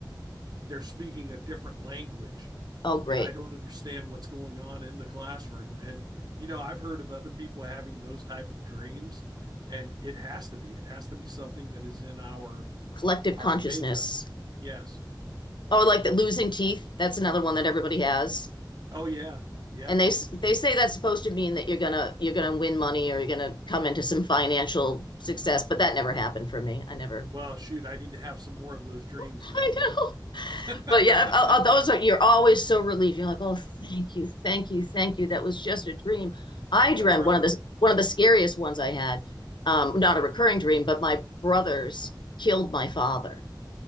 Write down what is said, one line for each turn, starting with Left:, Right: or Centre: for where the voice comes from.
Right: they're speaking a different language
Left: Oh, great.
Right: and I don't understand what's going on in the classroom. And you know, I've heard of other people having those type of dreams, and it has to be. It has to be something that is in our
Left: Collective
Right: our
Left: consciousness.
Right: makeup. Yes.
Left: Oh, like the losing teeth. That's another one that everybody has.
Right: Oh yeah. Yeah.
Left: And they they say that's supposed to mean that you're gonna you're gonna win money or you're gonna come into some financial success, but that never happened for me. I never,
Right: Well, shoot, I need to have some more of those dreams
Left: <laughs>
Right: then. <laughs>
Left: I
Right: That's
Left: know. But yeah, if- uh, uh, those are you're always so relieved. You're like, oh, thank you, thank you, thank you. That was just a dream. I dreamt
Right: right.
Left: one of the one of the scariest ones I had. Um, not a recurring dream, but my brothers killed my father.